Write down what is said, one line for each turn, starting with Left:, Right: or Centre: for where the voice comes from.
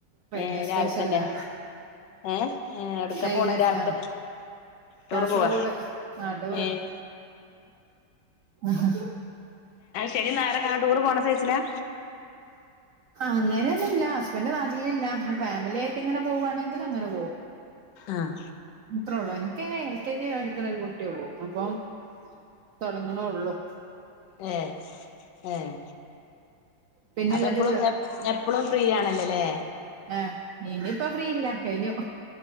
Right: റെയിൽവേ
Left: ഏഹ്
Right: സ്റ്റേഷൻല്ലേ
Left: രാവിലെ തന്നെ ഏഹ് ഏഹ് എവിടക്കാ
Right: റെയിൽവേ
Left: പോണ രാവിലെ
Right: ആ
Left: തന്നെ
Right: കാസർഗോഡ്
Left: ടൂറ് പോവാ
Right: നാട്ടൂർ
Left: ഏഹ്
Right: ആഹ <inaudible>
Left: ശനി ഞായറൊക്കെ അങ്ങനെ ടൂറ് പോണ സൈസിലാ
Right: അങ്ങനെയൊന്നും ഇല്ല ഹസ്ബൻ് നാട്ട്ലില്ല ഫാമിലി ആയിട്ട് ഇങ്ങനെ പോവുവാണെങ്കിൽ അങ്ങനെ പോകും
Left: ആഹ്
Right: ഇത്രള്ളോയ്‌ നു കേ നെ എൽ കെ ജി എടുക്കണ ഒരു കുട്ടിയള്ളൂ അപ്പം തുടങ്ങണോള്ളൂ
Left: ഏ ഹ് ഏഹ്
Right: പിന്നെല്ലത്
Left: അപ്പ എപ്പളും എ എപ്പളും ഫ്രീ ആണല്ലോല്ലേ
Right: ആഹ് ഇനിയിപ്പോ ഫ്രീയില്ല കഴിഞ്ഞു